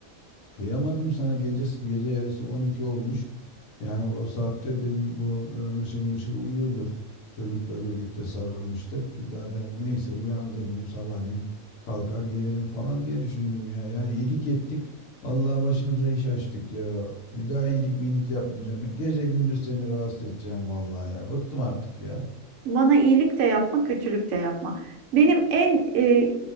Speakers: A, on the left; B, on the right.
A: Kıyamadım sana gece gece yarısı 12 olmuş. Yani o saatte dedim bu e, mışıl mışıl uyuyordur. Çocukla birlikte sarılmıştır. Bir daha da neyse uyandırmıyorum sabahleyin kalkar gelirim falan diye düşündüm ya. Yani iyilik ettik. Allah başımıza iş açtık ya. Bir daha iyilik minik yapmayacağım. Gece gündüz seni rahatsız edeceğim vallahi ya. Bıktım artık ya.
B: Bana iyilik de yapma, kötülük de yapma. Benim en e,